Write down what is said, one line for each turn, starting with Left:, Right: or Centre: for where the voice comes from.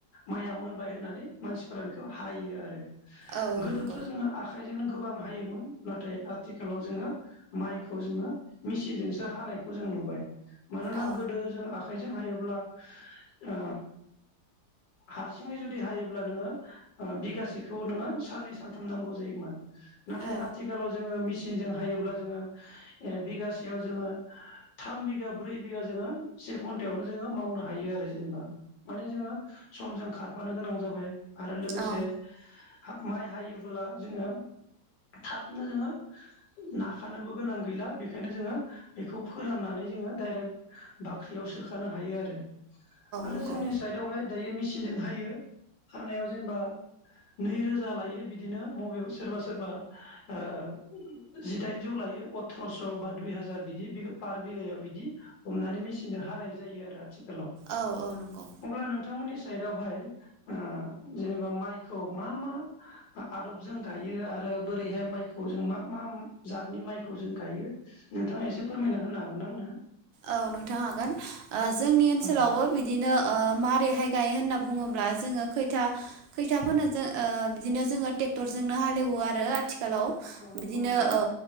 Left: माइया मोनबाय होननानै मानसिफोरा बेखौ हायो आरो।
Right: औ औ नं
Left: ' जोङो आखखौजोंनो। गोबां हायोमोन नाथाय आथिखालाव जोङो माइखौ जोङो मेचनजोंसो हानायखौ जों नु मानोना
Right: औ
Left: गोदो जों आखाइजों हायोब्ला ओ हारसिङै जुदि हायोब्ला नोङो बिगासेखौ नोङो साननै सानथाम नांगौ जायोमोन। नाथाय
Right: औ
Left: आथिखालाव जोङो मेसिनजों हायोब्ला जोङो बिगासेयाव जोङो। थाम बिगा ब्रै बिघा जोङो से घन्टायावनो जोङो मावनो हायो आरो जेनेबा माने जोङो। समजों खारफानो गोनां जाबाय आरो लोगोसे
Right: औ
Left: माइ हायो। जोङो। थाबनो जोङो नाखानोबो गोनां गैला बेखायनो जोङो बेखौ फोराननानै। जोङो डायरेक्ट बाख्रियाव सोखानो हायो आरो। आरो
Right: नंगौ
Left: जोंनि साइडआवहाय दायो मेचिनजों हायो। हानायाव जेनबा नै रोजा लायो। बिदिनो मबेयाव सोरबा सोरबा ओ जिदाइनजौ लायो अथ्रस'बा दुइ हाजार बिदि पार बिघायाव बिदि हमनानै मेसिन। जों हानाय जायो आरो आथिखालाव
Right: औ औ नंगौ
Left: अब्ला नोंथांमोननि। साइदआवहाय ओ जेनेबा माइखौ मा मा? आदब जों गायो आरो बोरैहाय माइखौ जों मा मा जातनि माइखौ जों गायो? नोंथाङा एसे फोरमायना होनो हागोना आंनो?
Right: औ नोंथां हागोन ओ जोंनि ओनसोलावबो
Left: हागोन आंनो औ
Right: बिदिनो। ओ मारैहाय गायो होनना बुङोब्ला जोङो खैथा खैथाफोनो जो ओ बिदिनो जोङो। ट्रेक्टर जोंनो हालएवो आरो। थिखालाव
Left: औ नंगौ
Right: बिदिनो
Left: नोंथां
Right: औ